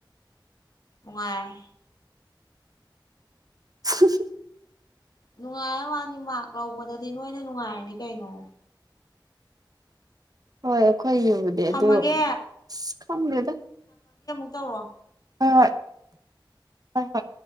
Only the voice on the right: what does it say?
<unintelligible>
ꯍꯣꯏ ꯑꯩꯈꯣꯏ ꯌꯨꯕꯗꯤ
ꯑꯗꯣ ꯑꯁ ꯈꯪꯗꯦꯗ
ꯍꯣꯏ ꯍꯣꯏ ꯍꯣꯏ ꯍꯣꯏ